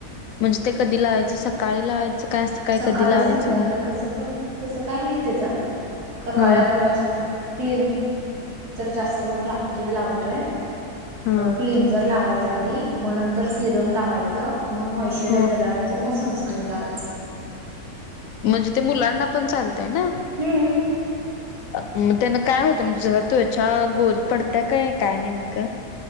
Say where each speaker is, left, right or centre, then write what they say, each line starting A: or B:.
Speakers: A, on the left; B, on the right.
A: म्हणजे ते कधी लावायचं सकाळी लावायचं काय असं काय
B: सकाळी
A: कधी लावायचं
B: संध्याकाळी कस पण तसं काय नाही तेच आप
A: हा
B: क जास्त करून रात्री लावतोय
A: हा
B: क्लंजर लावायचा आधी मग नंतर सिरम लावायचं मग मॉइशचरायझर
A: हा
B: लावायचं मग संस् स्क्रीन लावायचं
A: म्हणज मुलांना पण चालतय ना
B: हम्म
A: म त्यान काय होतं म्हणजे ज तू ह्याच्या गोल पडत्या काय काय नेमकं